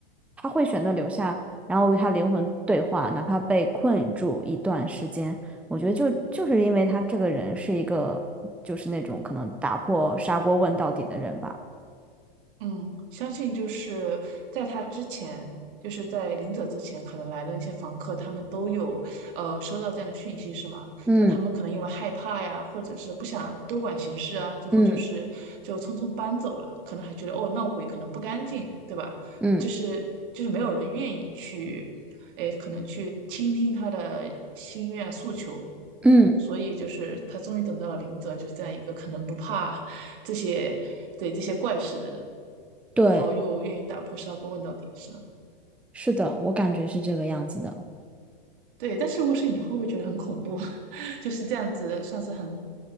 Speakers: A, in the centre; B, on the right.
A: 他会选择留下，然后与他灵魂对话，哪怕被困住一段时间。我觉得就就是因为他这个人是一个就是那种可能打破砂锅问到底的人吧。
B: 嗯，相信就是在他之前，就是在临走之前，可能来的那些房客，他们都有呃收到这样的讯息，是吗？
A: 嗯
B: 但他们可能因为害怕呀，或者是不想多管闲事啊，最后就是就匆匆搬走了，
A: 嗯
B: 可能还觉得哦闹鬼可能不干净，对吧？
A: 嗯
B: 就是就是没有人愿意去，诶，可能去倾听他的心愿诉求。
A: 嗯，
B: 所以就是他终于等到了林泽，就是这样一个可能不怕这些，对这些怪事的人。
A: 对，
B: 然后又愿意打破砂锅问到底，是吗
A: 是的，我感觉是这个样子的。
B: 对，但是如果是你，会不会觉得很恐怖？<laughs> 就是这样子，算是很